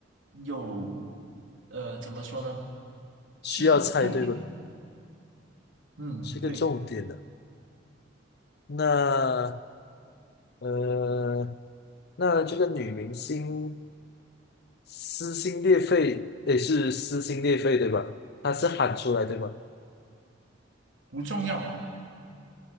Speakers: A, on the right; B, on the left.
A: 有，呃，怎么说呢？是个重点。
B: 需要猜对不？
A: 嗯，
B: 是个重点的。
A: 对，
B: 那呃，那这个女明星撕心裂肺，也是撕心裂肺对吧？她是喊出来对吧？
A: 不重要